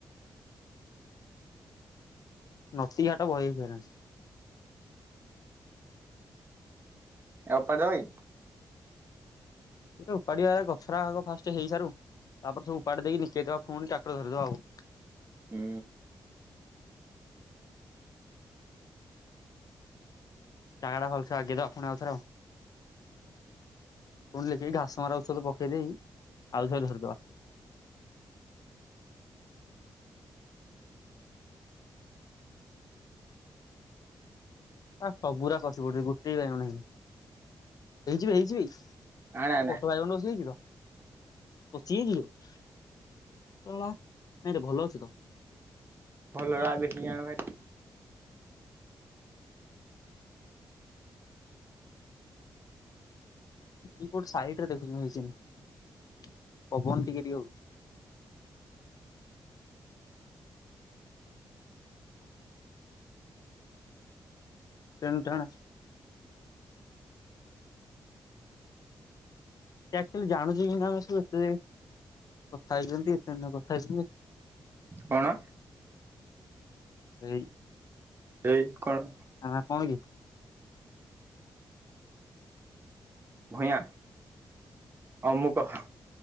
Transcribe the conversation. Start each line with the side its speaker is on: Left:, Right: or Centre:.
Left: ନତିଘାଟା ବଲେଇଥାନା
Right: ଅପାର ଭାଇ।
Left: ଏ ଉପାଡିଆ ଗଛର ଆଗ ଫାଷ୍ଟ ହେଇସାରୁ ତାପରେ ସବୁ ଉପାଡି ଦେଇକିି ବିକେଇଦବା ପୁଣି ଟ୍ରାକ୍ଟର ଧରିଦବା ଆଉ
Right: ହୁଁ।
Left: ଦାଆଟା ଭଲସେ ଆଗେଇବା ଆଣ ଆଉଥରେ ଆଉ ପୁଣି ଲେଖିକି ଘାସ ମରା ଔଷଧ ପକେଇ ଦେଇ ଆଉ ଥରେ ଧରିଦବା। ଆ ସବୁରା ଖସି ପଡୁଛି ଗୋଟିଏ ନାଇ ହେଇଯିବେ ହେଇଯିବେ।
Right: ଆଣେ ଆଣେ
Left: ଆଉ ପଟ ବାଇଗଣ ବସି ହେଇଛି ତ ପଚିଯାଇଚିଲୋ ଶଳା ନାଇଁରେ ଭଲ ଅଛି ତ।
Right: କଲରା ଦେଖିକି ଆଣେ ଭାରି।
Left: କିଏ କୋଉ ସାଇଟରେ ଦେଖୁଛୁ ହେଇଚିକି ନାଇଁ ପବନ ଟିକେ ଟିକେ ହଉଛି। ଟେଣଟଣା। ସିଏ ଆକ୍ଟୁଲି ଜାଣୁଛି କେନ୍ତି ଆମେ ସବୁ ଏତେ କଥା ହେଇଛନ୍ତି ଏତେ ନେ କଥା ହେଇଛନ୍ତି।
Right: କଣ?
Left: ଏଇ
Right: ଏଇ କଣ?
Left: ଆ କଣ କି?
Right: ଭୟାଁ ଅମୁକ।